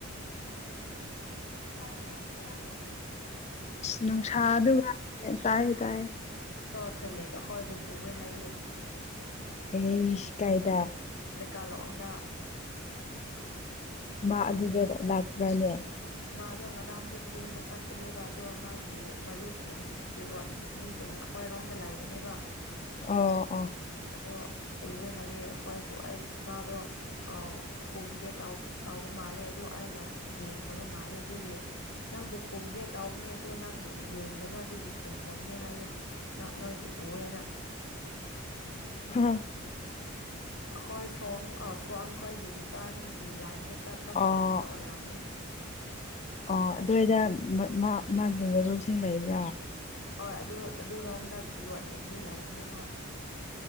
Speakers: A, on the left; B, on the left.
A: ꯇꯥꯂ ꯑ ꯉꯥꯛ
B: ꯅꯨꯡꯁꯥ ꯑꯗꯨꯒ ꯇꯥꯏꯌꯦ ꯇꯥꯏꯌꯦ
A: ꯀꯊꯂꯤ ꯑꯩꯈꯣꯏꯕꯨ ꯎꯑꯦ ꯍꯥꯏꯌꯦ
B: ꯑꯦ ꯏꯁ ꯍꯥꯏꯗ
A: ꯂꯩꯀꯥꯂꯣꯗ
B: ꯃꯥ ꯑꯗꯨꯗ ꯂꯥꯛꯄ꯭ꯔꯅꯦ
A: ꯃꯥꯗꯣ ꯉꯔꯥꯡꯗꯣ ꯆꯤꯡꯗ ꯆꯠꯄꯅꯦꯕ ꯑꯗꯣ ꯃꯥꯒꯤ ꯃꯔꯨꯞꯁꯤꯡ ꯆꯤꯂꯣꯒꯤ ꯃꯤꯁꯤꯡ ꯑꯩꯈꯣꯏꯔꯣꯝꯗ ꯂꯩꯕꯅꯦꯕ
B: ꯑ ꯑ
A: ꯑꯗꯣ ꯎꯑꯦ ꯍꯥꯏꯌꯦꯦ ꯍꯣꯏꯕꯨ ꯑꯩ ꯃꯥꯗꯣ ꯑ ꯍꯨꯝꯒꯦ ꯇꯥꯎꯕ ꯃꯥꯜꯂꯦ ꯑꯗꯨꯣ ꯑꯩꯅ ꯌꯦꯡꯒꯦ ꯈꯪꯗꯕ ꯃꯥꯜꯂꯦ ꯑꯗꯨꯒꯤ ꯅꯪꯕꯨ ꯍꯨꯝꯒꯦ ꯇꯥꯎꯕꯅꯦ ꯑꯗꯣ ꯅꯪ ꯌꯦꯡꯅꯕ ꯑꯗꯨꯒꯤ ꯍꯨꯝꯗꯅꯕꯅꯦ ꯍꯥꯏꯌꯦꯦ ꯅꯣꯏꯕꯨ ꯎꯌꯦꯅ
B: ꯍꯥꯥ
A: ꯑꯩꯈꯣꯏ ꯁ ꯑ ꯁꯋꯥꯡꯈꯣꯏꯒꯤ ꯗꯨꯀꯥꯟꯒꯤ ꯂꯥꯏꯟꯗ ꯆꯠꯄ
B: ꯑꯣ
A: ꯃꯇꯝꯗ ꯑꯣꯏꯔꯝꯅꯤ ꯑꯗ
B: ꯑꯣ ꯑꯗꯨꯗ ꯃꯥ ꯃꯥꯒꯤ ꯃꯔꯨꯞꯁꯤꯡ ꯂꯩꯕ꯭ꯔꯥ
A: ꯍꯣꯏ ꯑꯗꯨ ꯑꯗꯨ ꯔꯣꯝꯗ ꯆꯤꯂꯣꯟꯒꯤ ꯃꯤ ꯂꯩꯕꯅꯦ ꯍꯣꯏ꯫